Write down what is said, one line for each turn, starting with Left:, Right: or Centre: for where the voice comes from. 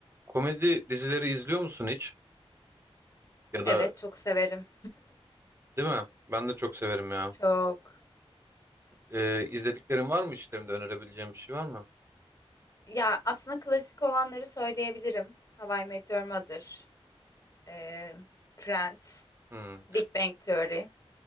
Right: Komedi dizileri izliyor musun hiç? Ya
Left: Evet
Right: da
Left: çok severim.
Right: değil mi? Ben de çok severim ya.
Left: Çok.
Right: Ee, izlediklerin var mı içlerinde önerebileceğim bir şey var mı?
Left: Ya aslında klasik olanları söyleyebilirim. How I Met Your Mother, e, Friends,
Right: Hmm,
Left: Big Bang Theory.